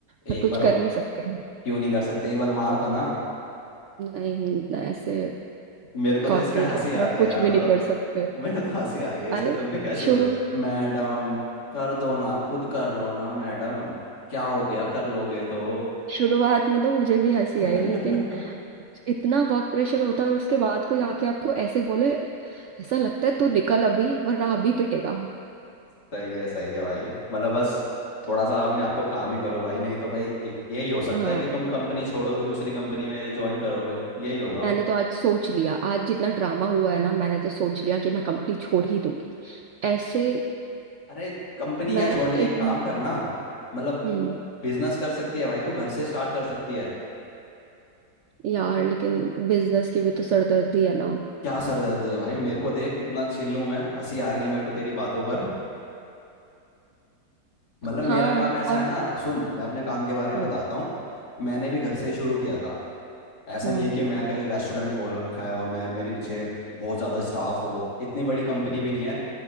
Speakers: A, on the left; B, on the right.
A: एक
B: पर कुछ
A: बार
B: कर नहीं सकते
A: क्यों नहीं कर सकते एक बार मार दो ना
B: नहीं ना ऐसे
A: मेरे को तो
B: कॉर्पोरेट
A: इस पे हंसी
B: लाइफ
A: आ
B: में
A: रही
B: आप
A: है
B: कुछ
A: यार
B: भी
A: मतलब
B: नहीं कर सकते
A: मुझे तो हंसी आ रही है इस
B: अरे
A: पे तुमने कैसे
B: शुरू
A: बोला मैडम कर दो ना खुद कर लो ना मैडम क्या हो गया कर लोगे तो
B: शुरुआत में तो मुझे भी हंसी
A: <laughs>
B: आई लेकिन इतना वर्क प्रेशर होता है और उसके बाद कोई आके आपको ऐसे बोले ऐसा लगता है तू निकल अभी वरना अभी पिटेगा
A: सही है सही है भाई मतलब बस थोड़ा सा अपने आप को काम ही करो भाई नहीं तो भाई एक यही हो सकता
B: हाँ
A: है कि तुम कंपनी छोड़ोगे दूसरी कंपनी में ज्वाइन करोगे यही होगा
B: मैंने तो आज सोच लिया आज जितना ड्रामा हुआ है ना मैंने तो सोच लिया कि मैं कंपनी छोड़ ही दूंगी ऐसे
A: अरे कंपनी
B: मैं
A: क्या छोड़नी एक
B: एक
A: काम करना मतलब
B: हम्म
A: बिजनेस कर सकती है भाई तू घर से स्टार्ट कर सकती है
B: यार लेकिन बिजनेस की भी तो सरदर्दी है ना
A: क्या सरदर्दी है भाई मेरे को देख कितना चिल्लू मैं हंसी आ रही है मेरे को तेरी बातों पर मतलब
B: हाँ
A: मेरा काम ऐसा
B: और
A: है ना सुन मैं अपने काम के बारे
B: हम्म
A: में बताता हूँ मैंने भी घर से ही शुरू किया था ऐसा
B: हम्म,
A: नहीं है कि मैं कहीं रेस्टोरेंट खोल रखा है और मैं मेरे नीचे बहुत ज़्यादा स्टाफ हो इतनी बड़ी कंपनी भी नहीं है